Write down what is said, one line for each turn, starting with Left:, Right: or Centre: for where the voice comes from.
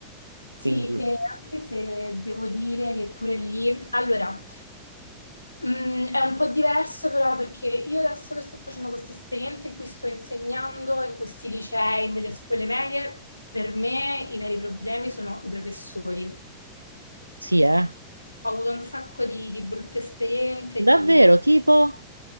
Left: Sì,
Right: Quindi Mm.
Left: e anche se devo dire che pure lì, allora, mh, è un po' diverso però perché io adesso che sto facendo queste esperienze in cui sto insegnando in questi licei, nelle scuole medie, per me i veri problemi sono i professori.
Right: sì, eh?
Left: Ho avuto un sacco di, di brutte esperienze,
Right: Davvero,
Left: di, di
Right: tipo...